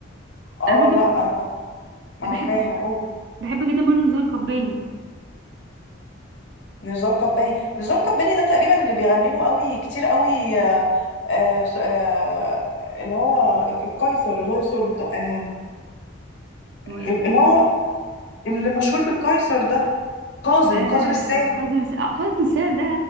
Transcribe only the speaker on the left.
اه
لا أنا عارفاها
قول
نزار قباني نزار قباني ده تقريبا اللي بيغني له قوي كتير قوي آه، آه، آه، اللي هو القيصر اللي هو سلطان
اللي هو اللي مشهور بالقيصر ده كاظم
كاظم الساهر